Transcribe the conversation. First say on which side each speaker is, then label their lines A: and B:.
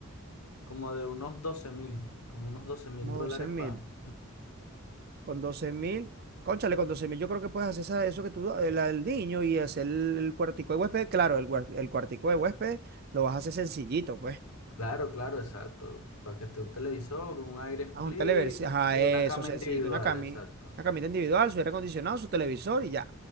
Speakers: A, on the left; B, on the right.
A: Como de unos doce mil, como unos doce mil
B: Como
A: dólares
B: 12 mil.
A: para...
B: Con 12 mil, cónchale, con 12 mil, yo creo que puedes hacer esa- eso que tú, el, el niño y hacer el, cuartico de huésped. Claro, el, hué- el cuartico de huésped lo vas a hacer sencillito, pues.
A: Claro, claro, exacto. Para que esté un televisor, un aire split
B: a un televisor, ajá,
A: eh,
B: eso,
A: y una cama
B: sencillito,
A: individual,
B: una cami,
A: exacto.
B: una camita individual, su aire acondicionado, su televisor y ya.